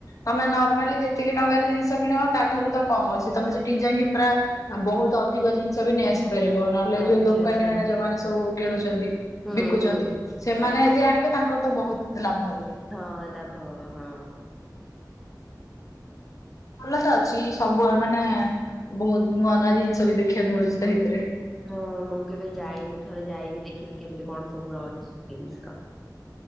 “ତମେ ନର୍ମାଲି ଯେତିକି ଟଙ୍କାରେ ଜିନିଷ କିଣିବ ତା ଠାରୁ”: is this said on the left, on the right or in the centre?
Left